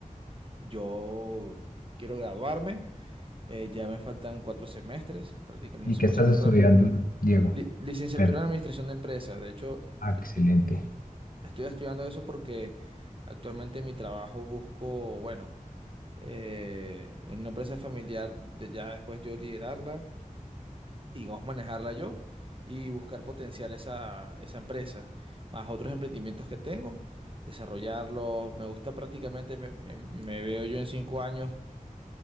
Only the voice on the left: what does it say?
¿Y
qué
estás
estudiando,
Diego?
Bueno,
ah, excelente.